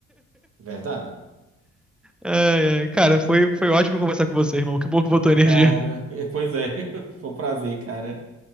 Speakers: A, on the right; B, in the centre.
A: Verdade?
B: Ai, ai. Cara, foi, foi ótimo conversar com você, irmão. Que bom que voltou a energia.
A: Cara, <laughs> pois é. <laughs> Foi um prazer, cara.